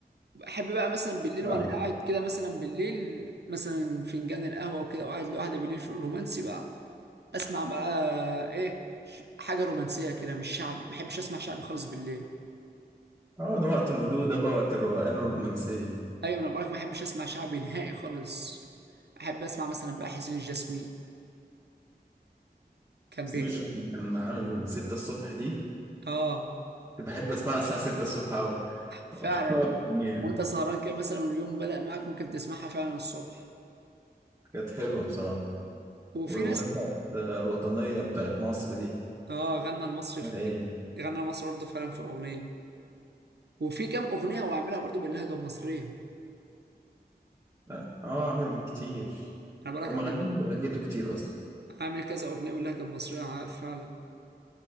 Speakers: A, on the right (about 80°); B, on the right (about 20°).
A: احب بقى مثلا بالليل
B: نعم
A: وانا قاعد كده مثلا بالليل مثلا فنجان القهوه وكده وقاعد لوحدي بالليل في الرومانسي بقى اسمع بقى ايه ش- حاجه رومانسيه كده مش شعبي ما بحبش اسمع شعبي خالص بالليل
B: اه ده وقت الهدوء ده بقى وقت الروقان والرومانسيه
A: ايوه انا بقولك ما احبش اسمع شعبي نهائي خالص احب اسمع مثلا بقى حسين الجسمي كان
B: سمير
A: بيغني
B: جوكي كان عامل ستة الصبح دي
A: اه
B: كنت بحب اسمعها الساعه ستة الصبح قوي
A: فعلا
B: <laughs> أقعد أغنيها.
A: وانت سهران كده مثلا واليوم بدأ معاك ممكن تسمعها فعلا الصبح
B: كانت حلوه بصراحه
A: وفي
B: والاغنيه
A: ناس
B: بتاعت آه، الوطنيه بتاعت مصر دي
A: اه غنى المصري
B: اسمها
A: في
B: ايه
A: كده غنى المصري برضه فعلا في اغنيه وفي كام اغنيه هو عاملها برضه باللهجه المصريه
B: لا. اه عمل كتير
A: انا بقولك
B: هو ما
A: عامل
B: غناش ولا لقيته كتير اصلا
A: عامل كذا اغنيه باللهجه المصريه ع- فعلا